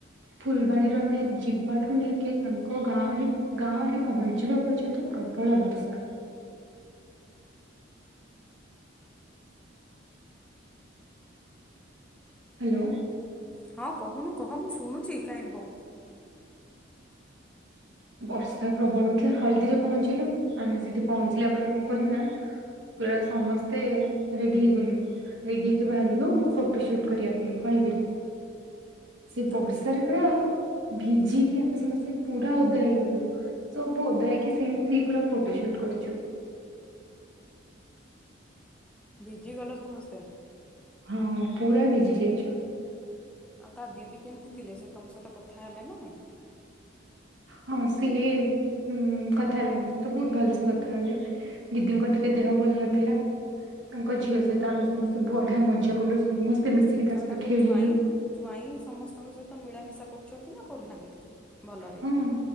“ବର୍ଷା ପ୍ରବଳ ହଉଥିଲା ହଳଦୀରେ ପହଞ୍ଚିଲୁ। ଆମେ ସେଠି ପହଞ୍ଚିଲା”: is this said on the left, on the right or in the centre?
Right